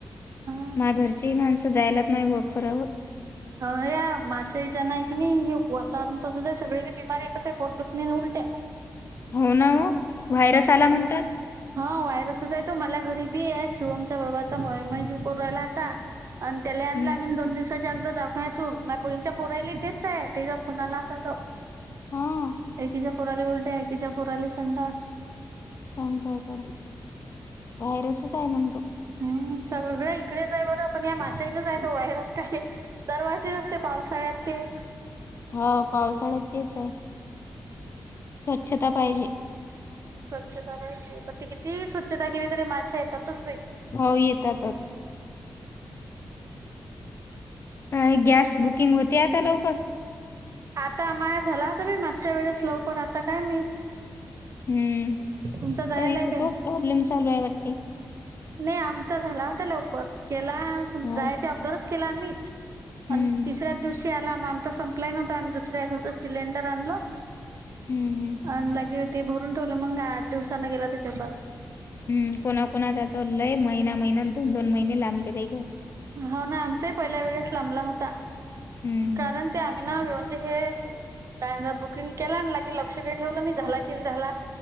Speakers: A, on the right; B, on the left.
A: हम्म.
B: मा घरचीही माणसं जायलाच माहि व खरावर
A: ह या माशाईच्या नाही की नाही हे वातावरण तसंच आहे सगळ बिमारी एक आहे पोटडुखणी उलट्या
B: हो नव व्हायरस आला म्हणतात
A: हा वायरसच आहे तो मला गरीबी आहे शिवमच्या बाबाचा ममजू कर राहिला आता आणि त्याला
B: हं.
A: आम् दोन दिवसा गद दावाखान्यातून मा बंच्या पुरायली तेच आहे ते ज फुणाला होताात
B: हां.
A: एकीच्या पोराले उलट एकीच्या पोराला संडास
B: सांग काय ब व्हायरसच आहे मग तो.
A: हम् सगळ्या इकडेच आहे बरं पण या माशाईनचय तो व्हायरस काय दरवर्षीच असते पावसाळ्यात ते
B: हा पावसाळ्यात तेच आहे स्वच्छता पाहिजे.
A: स्वच्छता पाहिजे प त किती स्वच्छता केली तरी माश्या येतातच बाई
B: हो येतातच. का गॅस बुकिंग होते आता लवकर.
A: आता माया झाला होता बी मागच्या वेळेस लवकर आता काय मात.
B: हं.
A: तुमच जायलाय
B: तरी तर इथं
A: काय?
B: तोच प्रॉब्लेम सचालवू आहे वाटते.
A: नाही आमचा झाला होता लवकर केला जायचे
B: हो.
A: अबदरच केला आम्ही.
B: हं.
A: आणि तिसऱ्याच दिवशी आला आमचा संपलाय नव्हता आम्ही दुसऱ्याकडच सिलेंडर आणला.
B: हं. हं.
A: अंदागे हो ते भरून ठेवलं मंग आठ दिवसांना गेला त्याच्यापद.
B: हम् कोणाकणा जातलय महिना महिना दोन दोन महिने लांबलेै गे
A: होा ना आमचाही पहिल्या वेळेस लांबला होता
B: हं.
A: कारण ते आम्ही ना व्य म्हणजे हे काय बुकिंग केला ना लागे लक्ष का ठेवलं नाही झाला की नाही झाला.